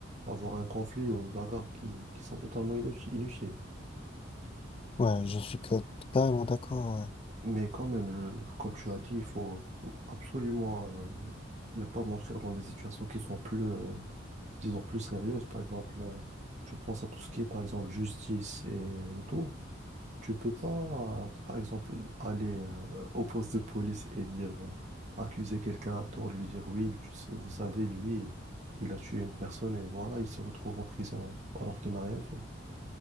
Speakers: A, on the right; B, on the left.
A: avoir un conflit ou une bagarre qui, qui sont totalement inutile- inutiles.
B: Ouais, je suis ca- carrément d'accord, ouais.
A: Mais quand même, je- comme tu as dit, il faut tout- absolument euh, ne pas mentir dans des situations qui sont plus, euh, disons, plus sérieuses. Par exemple, euh, je pense à tout ce qui est, par exemple, justice et, et tout. Tu peux pas, euh, par exemple, aller euh, au poste de police et dire, euh, accuser quelqu'un à tort, lui dire oui, tu sais- vous savez, lui, il a tué une personne et voilà, il se retrouve en prison alors qu'il n'a rien fait.